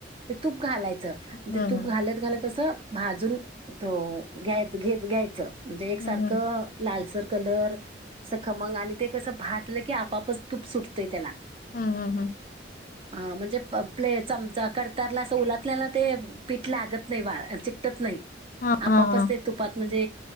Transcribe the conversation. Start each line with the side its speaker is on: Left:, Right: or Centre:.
Right: ते तूप घालायचं
Left: हम्म
Right: ते तूप
Left: हम्म
Right: घालत घालत असं भाजून त घ्याय घेत घ्यायचं म्हणजे एकसारखं
Left: हम्म
Right: लालसर कलर अस खमंग आणि ते कसं भजलं की आपापच तूप सुटतंय त्याला
Left: हम्म हम्म हम्म
Right: हा म्हणजे प्ले चमचा कर तारला असं उलाटल्याना ते पीठ लागतं नाही चिटकत नाही
Left: हा
Right: आपोआपच
Left: हा हा
Right: ते तुपात म्हणजे